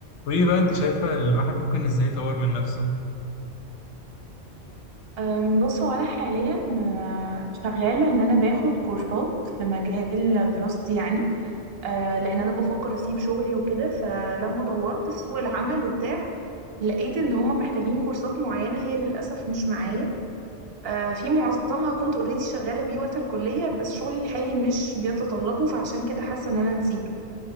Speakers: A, on the left; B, on the right.
A: وايه بقى انت شايفة الواحد ممكن ازاي يطور من نفسه
B: أم، بص هو انا حاليا آه، شغاله ان انا باخد كورسات في مجال دراستي يعني آه، لان انا بفكر اسيب شغلي وكده فلما دورت في سوق العمل وبتاع لقيت ان هما محتاجين كورسات معينه هي للاسف مش معايا آه، في معظمها كنت اوريدي شغاله بيه وقت الكليه بس شغلي الحالي مش بيتطلبه فعشان كده حاسه ان انا نسيته